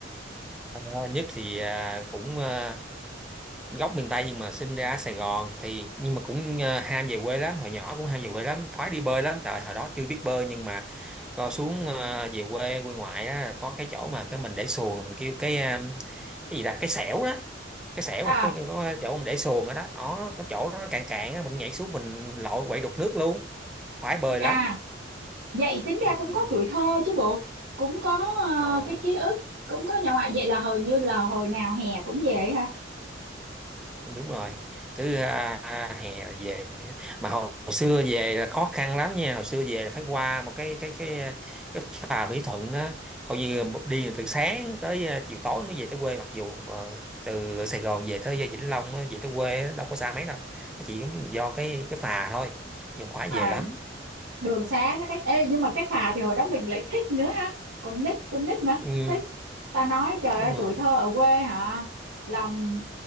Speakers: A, in the centre; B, on the right (about 80°).
A: Ờ, nhất thì à, cũng ờ, gốc miền Tây nhưng mà sinh ra ở Sài Gòn thì nhưng mà cũng ờ, ham về quê lắm hồi nhỏ cũng ham về quê lắm khoái đi bơi lắm trời hồi đó chưa biết bơi nhưng mà co xuống ờ, về quê quê ngoại á có cái chỗ mà cái mình để xuồng mình kêu cái ờ, cái gì là cái xẻo đó cái xẻo
B: À,
A: mà cái có cái chỗ mình để xuồng ở đó đó có chỗ đó nó cạn cạn á mình nhảy xuống mình lội quậy đục nước luôn khoái bơi
B: à
A: lắm
B: Vậy tính
A: ừ.
B: ra cũng có tuổi thơ chứ bộ, cũng có ờ,
A: ờ.
B: cái ký ức, cũng có nhà ngoại. Vậy là hồi như là hồi nào hè cũng về ha.
A: đúng rồi cứ à, hè là về mà hồi xưa về là khó khăn lắm nha hồi xưa về là phải qua một cái cái cái cái phà Mỹ Thuận đó coi như đi từ sáng tới à, chiều tối mới về tới quê mặc dù mà từ Sài Gòn về tới Vĩnh Long á, về tới quê á, đâu có xa mấy đâu nó chỉ do cái cái phà thôi nhiều khóa
B: À,
A: về lắm
B: đường xá nó cách ê nhưng mà cái phà thì hồi đó mình lại thích nữa ha. Con nít, con nít mà
A: ừ,
B: thích. Ta nói trời
A: đúng
B: ơi
A: rồi
B: tuổi thơ ở quê hả? Làm